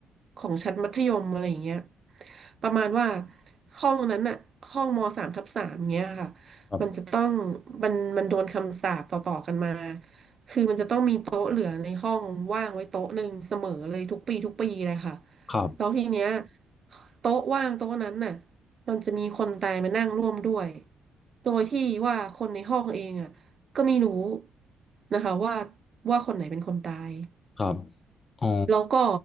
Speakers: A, on the right; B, on the left.
A: ของชั้นมัธยมอะไรอย่างเงี้ยประมาณว่าห้องนั้นน่ะห้องมสามทับสามเงี้ยค่ะ
B: ครับ
A: มันจะต้องมันมันโดนคำสาปต่อๆกันมา คือมันจะต้องมีโต๊ะเหลือในห้องว่างไว้โต๊ะหนึ่งเสมอเลยทุกปีทุกปีเลยค่ะ
B: ครับ
A: แล้วทีเนี้ยโต๊ะว่างโต๊ะนั้นน่ะมันจะมีคนตายมานั่งร่วมด้วยโดยที่ว่าคนในห้องเองอ่ะก็ไม่รู้นะคะว่าว่าคนไหนเป็นคนตาย
B: ครับอ๋อ
A: แล้วก็